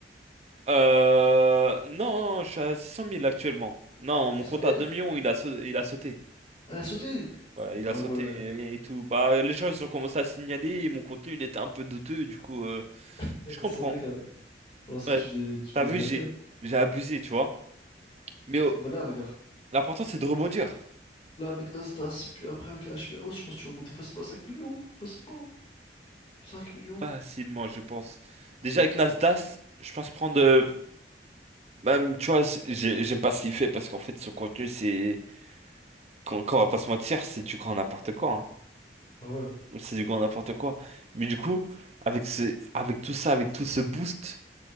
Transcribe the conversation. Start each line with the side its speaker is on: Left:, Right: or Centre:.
Right: Euh... Non, je suis à 600 000 actuellement. Non, mon
Left: C'est
Right: compte
Left: ça, mille?
Right: à 2 millions, il a, sau- il a sauté.
Left: Elle a sauté!
Right: Voilà, il
Left: Ah
Right: a sauté
Left: ouais,
Right: et, tout. Bah, les gens, ils ont commencé à signaler, et mon contenu, il était un peu douteux, du coup, euh,
Left: <laughs>
Right: je comprends.
Left: c'est vrai, qu'elle Alors, c'est,
Right: Ouais.
Left: tu faisais, tu
Right: T'as
Left: faisais
Right: vu,
Left: de la
Right: j'ai,
Left: hein.
Right: j'ai abusé, tu vois. Mais euh,
Left: Bah là, regarde.
Right: l'important, c'est de rebondir.
Left: Là, avec Nasdaq, puis après, avec la Hachimi, ah ouais, je pense que tu vas monter facilement à 5 millions. Facilement. cinq millions.
Right: Facilement, je pense. Déjà, avec Nasdaq, je pense prendre... euh, même, tu vois, c'est- j'ai- j'aime pas ce qu'il fait, parce qu'en fait, son contenu, c'est... Quand, quand on va pas se mentir, c'est du grand n'importe quoi. hein.
Left: Ah ouais.
Right: C'est du grand n'importe quoi. Mais du coup, avec ce, avec tout ça, avec tout ce boost...